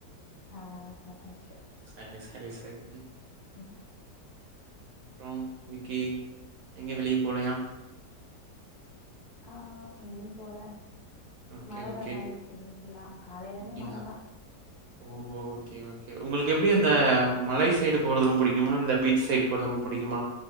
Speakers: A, on the left (about 65°); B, on the right (about 70°).
A: ஆ சாப்டாச்சு
B: சரி சரி சரி
A: ம்
B: அப்றோம் இன்னிக்கு எங்கே வெளிய போலையா
A: ஆ எங்கயு போல
B: ஓகே
A: மழ
B: ஓகே
A: வர மாரி இருக்கு இங்கிட்டுல்லா காலைல இருந்தே
B: அப்டியா
A: மழதா
B: ஓஹோ ஓகே ஓகே உங்களுக்கு எப்டி அந்த மலை சைடு போறது ரொம் புடிக்குமா இந்த பீச் சைடு போறது ரொம் புடிக்குமா